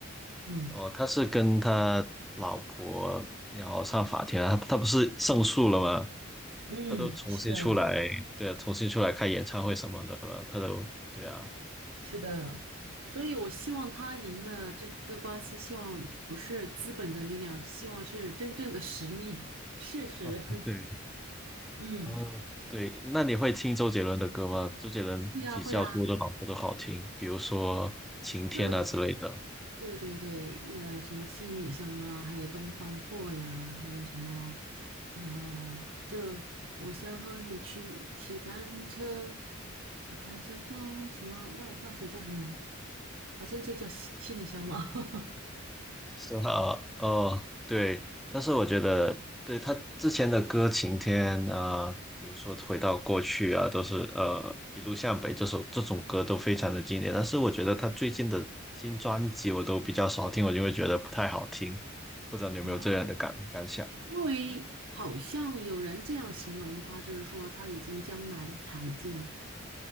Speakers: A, on the right; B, in the centre.
A: 嗯
B: 哦，他是跟他老婆然后上法庭啊，他不是胜诉了吗？
A: 嗯，
B: 他都重新出来，
A: 是的。
B: 对啊，重新出来开演唱会什么的了，他都对啊，
A: 是的，所以我希望他赢了这个官司，希望不是资本的力量，希望是真正的实力、<laughs> 事实。
B: 哦，对，
A: <laughs> 嗯，
B: 哦，对，那你会听周杰伦的歌吗？周杰伦比较多的老婆都好听，
A: 会呀，会呀，
B: 比如说《晴天》啊之类的。
A: 就对对对，也什么七里香啊，还有东方破呀，还有什么，呃，就我想和你去骑单车，你看这风什么，那那候叫什么？好像就叫七七里香嘛。<laughs>
B: 是啊，哦，对，但是我觉得，对他之前的歌《晴天》啊，比如说《回到过去》啊，都是呃一路向北这首这种歌都非常的经典。但是我觉得他最近的新专辑我都比较少听，我就会觉得不太好听。不知道你有没有这样的感感想？
A: 哦，因为好像有人这样形容他，就是说他已经江南才尽